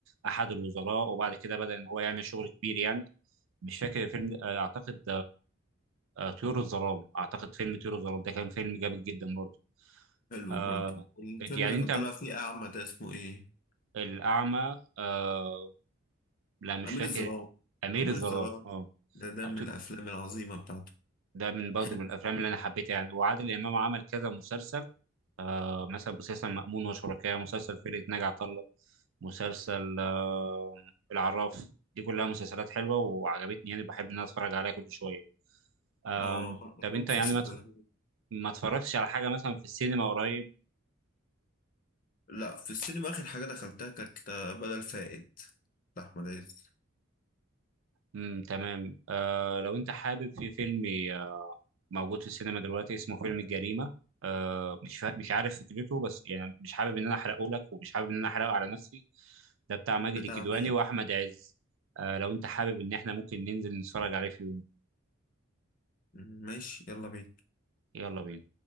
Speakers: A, on the right; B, on the left.
A: أحد الوزراء وبعد كده بدأ إن هو يعمل شغل كبير يعني مش فاكر الفيلم ده آه، أعتقد آه، طيور الظلام اعتقد فيلم طيور الظلام ده كان فيلم جامد جدا برضه
B: حلو
A: آه
B: برضه الفيلم
A: يعني
B: اللي كان
A: انت
B: طالع فيه أعمى ده اسمه إيه؟
A: الاعمى آه لا مش
B: أمير
A: فاكر
B: الظلام
A: امير
B: أمير
A: الظلام
B: الظلام
A: اه
B: ده ده من
A: تو-
B: الأفلام العظيمة بتاعته
A: ده من برضه
B: حلو
A: من الافلام اللي انا حبيتها يعني وعادل امام عمل كذا مسلسل آه مثلا مسلسل مأمون وشركاه مسلسل فرقة ناجي عطا الله مسلسل آه العراف دي كلها مسلسلات حلوه وعجبتني يعني بحب ان انا اتفرج عليها كل شويه آم،
B: آه برضه
A: طب
B: كان
A: انت
B: مسلسل
A: يعني ما ت-
B: ده
A: ما اتفرجتش على حاجه مثلا في السينما قريب
B: لا في السينما آخر حاجة دخلتها كانت آه، بدل فائد لأحمد عز
A: امم تمام آه لو انت حابب في فيلم آه، موجود في السينما دلوقتي اسمه فيلم الجريمة آه مش فا... مش عارف فكرته بس يعني مش حابب ان انا احرقه لك ومش حابب ان انا احرقه على نفسي ده بتاع ماجد
B: بتاع
A: الكدواني
B: مين
A: واحمد عز آه لو انت حابب ان احنا ممكن ننزل نتفرج عليه في يوم
B: ماشي يلا بينا
A: يلا بينا